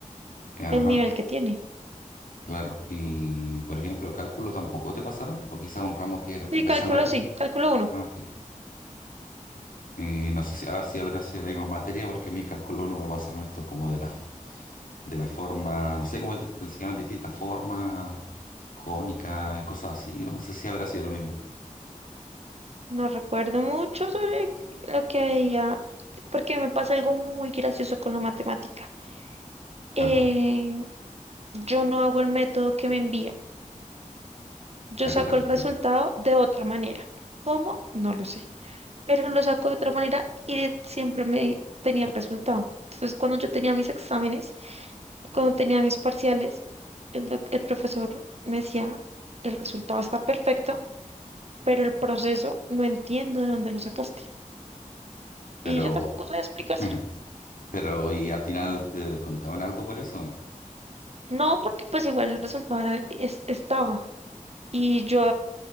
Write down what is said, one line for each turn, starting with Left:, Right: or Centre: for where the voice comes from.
Left: Ajá,
Right: el nivel que tiene.
Left: claro. Y, por ejemplo, cálculo tampoco te pasaron, o quizá un ramo que era como
Right: Sí, cálculo
Left: esa materia.
Right: sí, cálculo uno.
Left: Ah, ok. Eh, no sé si, a ver si habrá sido la misma materia, porque a mí en cálculo no me pasaron esto como de la, f- de la forma, no sé cómo te te enseñaban distintas formas, cónicas, cosas así, o no sé si habrá sido lo mismo.
Right: No recuerdo mucho sobre lo que veía, porque me pasa algo muy gracioso con la matemática. Eh,
Left: Ajá,
Right: yo no hago el método que me envían. Yo
Left: ¿a
Right: saco
Left: qué te refieres?
Right: el resultado de otra manera. ¿Cómo? No lo sé. Pero lo saco de otra manera y siempre me tenía el resultado. Entonces, cuando yo tenía mis exámenes, cuando tenía mis parciales, el, doc- el profesor me decía, el resultado está perfecto, pero el proceso no entiendo de dónde lo sacaste.
Left: Pero,
Right: Y yo tampoco sabía explicárselo.
Left: <laughs> pero, ¿y al final te descontaban algo por eso o no?
Right: No, porque pues igual el resultado era- es- estaba. Y yo